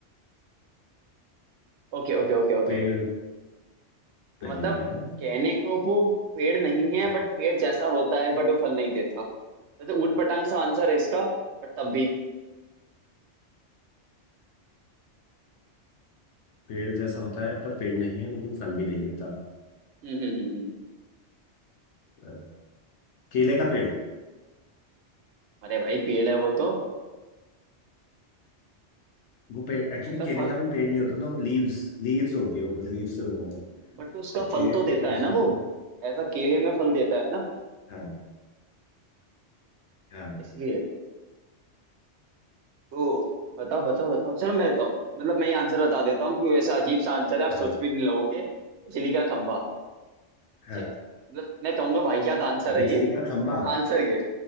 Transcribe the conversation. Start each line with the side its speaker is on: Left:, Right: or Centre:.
Right: Okay okay
Left: वो
Right: okay okay
Left: पेड़ नहीं
Right: मतलब
Left: है
Right: कहने को वो पेड़ नहीं है
Left: हाँ,
Right: बट पेड़ जैसा होता है बट वो फल नहीं देता तो तो ऊट पटांग सा आंसर है इसका बट तब भी
Left: पेड़ जैसा होता है पर पेड़ नहीं है लेकिन फल भी नहीं देता
Right: हम्म हम्म हम्म हम्म।
Left: अ, केले का पेड़
Right: अरे भाई पेड़ है वो तो
Left: वो पेड़ एक्चुअली
Right: मतलब
Left: केले
Right: फल
Left: का भी पेड़ नहीं होता ना वो लीव्स लीव्स होती है वो बस लीव से बना होता है
Right: बट उसका
Left: ओके
Right: फल तो
Left: और
Right: देता
Left: क्या हो
Right: है ना
Left: सकता
Right: वो
Left: है
Right: ऐसा केले में फल देता है ना
Left: हाँ। हाँ
Right: इसलिए तो बताओ बताओ बताओ चलो मैं बताओ मतलब मैं ये आंसर बता देता हूँ क्योंकि वैसा अजीब सा आंसर है आप
Left: हाँ
Right: सोच भी नहीं लोगे बिजली का खंभा
Left: हाँ
Right: जे- मतलब मैं कहूंगा वाहियात आंसर है
Left: बिजली
Right: ये
Left: का खंबा
Right: बट आंसर ये